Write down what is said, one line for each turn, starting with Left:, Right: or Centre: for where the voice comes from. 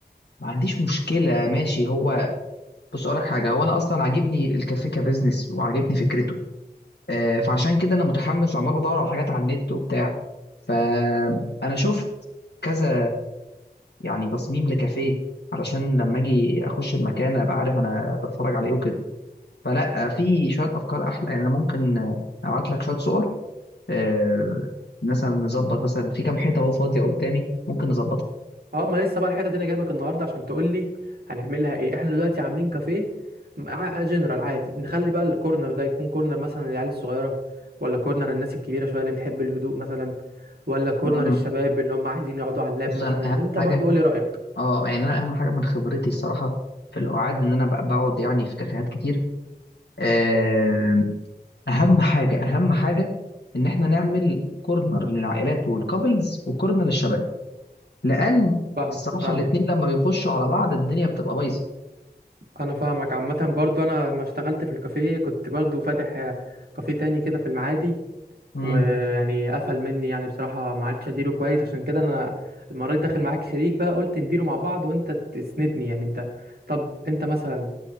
Left: ما عنديش مشكله ماشي هو بص اقول لك حاجه هو انا اصلا عاجبني الكافيه كبزنس وعاجبني فكرته آه، فعشان كده انا متحمس وعمال بدور على حاجات على النت وبتاع فانا شفت كذا يعني تصميم لكافيه علشان لما اجي اخش المكان ابقى عارف انا بتفرج على ايه وكده فلا في شويه افكار احلى يعني انا ممكن ابعت لك شويه صور آه، مثلا نظبط مثلا في كام حته اهو فاضيه قدامي ممكن نظبطها
Right: اه ما لسه بقى الحته دي انا جايبك النهارده عشان تقول لي هنعملها ايه احنا دلوقتي عاملين كافيه مع- جنرال عادي نخلي بقى الكورنر ده يكون كورنر مثلا للعيال الصغيره ولا كورنر الناس الكبيره شويه اللي بتحب الهدوء مثلا ولا كورنر
Left: مم.
Right: الشباب اللي هم عايزين يقعدوا على اللاب
Left: بس
Right: مثلا
Left: انا اهم
Right: انت
Left: حاجه
Right: برضو قولي رايك
Left: اه يعني انا اهم حاجه من خبرتي الصراحه في القعاد ان انا بق- بقعد يعني في كافيهات كتير آه، اهم حاجه اهم حاجه ان احنا نعمل كورنر للعائلات والكابلز وكورنر للشباب لان
Right: فاهم
Left: الصراحه
Right: فاهم
Left: الاثنين لما بيخشوا على بعض الدنيا بتبقى بايظه
Right: انا فاهمك عامه برضو انا لما اشتغلت في الكافيه كنت برضو فاتح آه، كافيه تاني كده في المعادي
Left: امم
Right: ويعني قفل مني يعني بصراحة ما عرفتش اديره كويس عشان كده انا المرة دي داخل معاك شريك بقى قلت نديره مع بعض وانت تسندني يعني انت طب انت مثلا